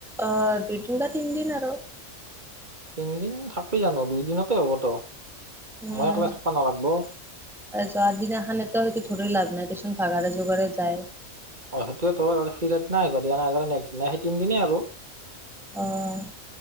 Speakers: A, in the centre; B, on the right (about 35°).
A: অ দুদিন বা তিনিদিন আৰু।
B: তিনিদিন থাকবি জানোঁ দুই দিনতে হবতো।
A: উম তাৰপিছত
B: মই একলা থাকবা নালাগব
A: যোৱাদিনাখন এতো সেইটো ধৰি লাভ নাই। কিছুমান ভাগাৰে জোগাৰে যায়।
B: অ সেইটোয়ে তো ফিৰিয়ড নাই দিয়া নাইতো নেকচদিনে সেই তিনিদিনে আৰু
A: অহ